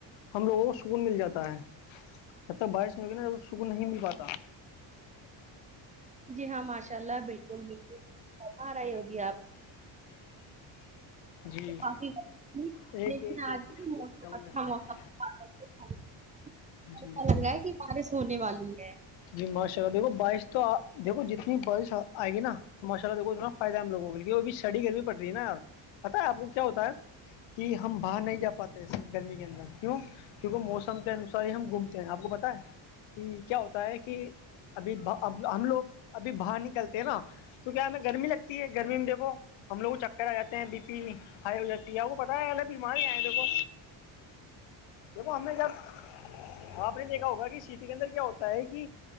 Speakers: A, on the left; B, on the right.
A: ہم لوگوں کو سکون مل جاتا ہے اب تک بارش نہیں ہوگ نا تو سکون نہیں مل پاتا تھاز
B: جی ہاں ماشا چل بالکل بکلار آ ہو ج
A: جی
B: آپ فی
A: ایک
B: لیکن
A: ایک ایک
B: آج
A: ایک
B: بھی موسم
A: ڈبل
B: اچھا
A: ڈبل
B: موسم ایسا
A: جی
B: لگ رہا ہے کہ بارش ہونے والی ہے
A: جی ماشاء اللہ دیکھو بارش تو دیکھو جتنی بارش آئے گی نا تو ماشاء اللہ دیکو اتنا فائدہ ہے ہم لوگوں کے لیے وہ بھی سڑی گرمی پ رہی نا پتا ہے آپ کو کیا ہوتا ہے کہ ہم باہر نہیں جا پاتے ایے گرمی کے اندر کیوں کیونکہ موسم کے انوسار ہی ہم گھومتے ہیں آپ کو بتائے کہ کیا ہوتا ہے کہ ابھیب ہم لوگ ابھی باہر نکلتے ہیں نا تو کیا ہمیں گرمی لگتی ہے گرمی میں دیکھو ہم لوگ چکر آ جاتے ہیں بی پی ہائی ہو جاتی ہے کو پتاہ ہے الے بیمار آئے لگو دیکھو ہم نے جبپ نے دیکھا ہوگا کہ سیٹی کے اندر کیا ہوتا ہے کہ